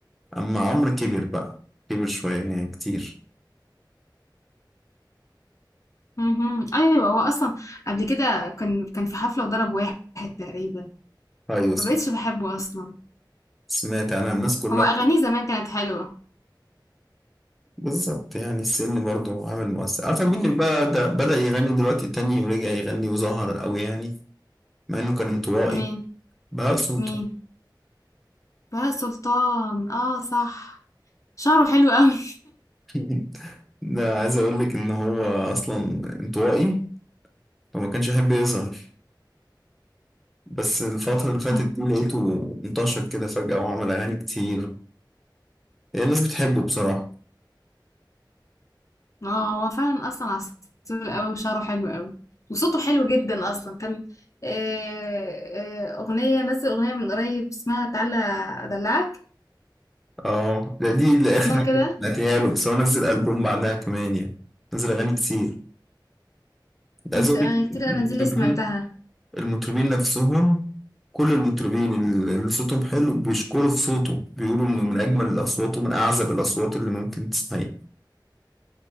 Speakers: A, in the centre; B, on the left (about 40°).
A: اما عمرو كبر بقى كبر شوية يعني كتير
B: اهم. أيوه، هو أصلًا قبل كده كان كان في حفلة وضرب واحد تقريبًا،
A: ايوه
B: ما
A: سم-
B: بقيتش باحبه أصلًا.
A: سمعت انا الناس كلها
B: هو أغانيه زمان كانت حلوة.
A: بالظبط يعني السن برضو عامل مؤثر عارفة مين اللي بقى ده بدأ يغني دلوقتي تاني ورجع يغني وظهر قوي يعني مع انه كان انطوائي
B: مين؟
A: بقى صوته
B: مين؟ بهاء سلطان، آه صح. شعره حلو أوي.
A: <laughs> ده عايز اقول لك ان هو اصلا انطوائي فما كانش يحب يظهر بس الفترة اللي فاتت
B: <laughs>
A: دي لقيته انتشر كده فجأة وعمل اغاني كتير يعني الناس بتحبه بصراحة
B: آه، هو فعلًا أصلًا عسول أوي وشعره حلو أوي وصوته حلو جدًا أصلًا. كان آآ، آآ، أغنية نزّل أغنية من قريب اسمها تعالَ أدلّعك،
A: اه ده دي اللي
B: اسمها
A: اخر
B: كده؟
A: حاجه سمعتها له بس هو نزل البوم بعدها كمان يعني نزل اغاني كتير ده
B: نز-
A: عايز اقول
B: أنا
A: لك المطربين
B: كتير الأنازيل اللي سمعتها
A: المطربين نفسهم كل المطربين اللي صوتهم حلو بيشكروا في صوته بيقولوا انه من اجمل الاصوات ومن اعذب الاصوات اللي ممكن تسمعيها